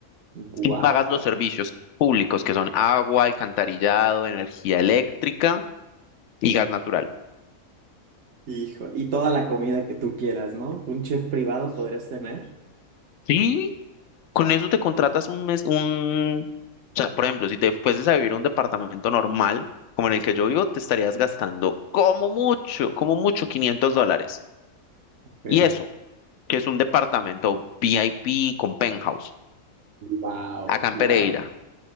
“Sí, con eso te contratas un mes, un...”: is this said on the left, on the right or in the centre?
Left